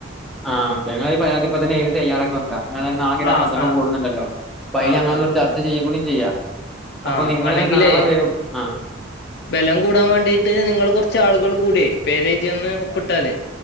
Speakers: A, in the centre; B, on the left.
A: ആഹ് ഞങ്ങളെ ഈ പരാതി. ഇപ്പ തന്നെ എയ്തി തയ്യാറാക്കി വെക്ക. ഇങ്ങള് നാളെ ഗ്രാമസഭ
B: ആ ആ
A: കൂടുന്നുണ്ടല്ലോ അപ്പ അയ്ന്
B: ആ
A: ഞങ്ങളൊന്ന്
B: ആ
A: ച ഇത് ചെയ്യും കുടി ചെയ്യാം അപ്പൊ
B: ആ
A: നിങ്ങള്
B: വേണെങ്കിലേ
A: നാളെ വരും. ആ
B: <inaudible> ബലം കൂടാൻ വേണ്ടീട്ട് നിങ്ങള് കൊർച്ച് ആളുകൾ കൂടിയ പേരെഴ്തിയന്ന് ഒപ്പിട്ടാലേ.